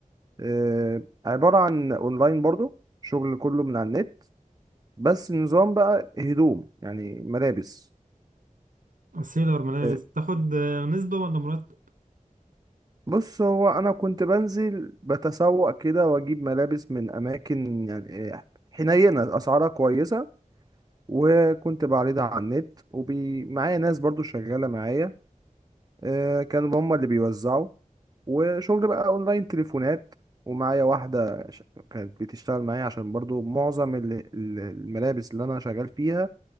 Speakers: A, on the right; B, on the right.
A: آه، عبارة عن اونلاين برضو شغل كله من على النت بس نظام بقى هدوم يعني ملابس
B: سيلر ملابس
A: آه،
B: تاخد آه، نسبة ولا مرتب؟
A: بص هو انا كنت بنزل بتسوق كده واجيب ملابس من اماكن يعني آه، حنينة اسعارها كويسة وكنت بعرضها على النت ومعايا ناس برضو شغالة معايا آه، كانوا هما اللي بيوزعوا وشغل بقى اونلاين تليفونات ومعايا واحدة ش- كانت بتشتغل معايا عشان برضو معظم ال- ال- الملابس اللي انا شغال فيها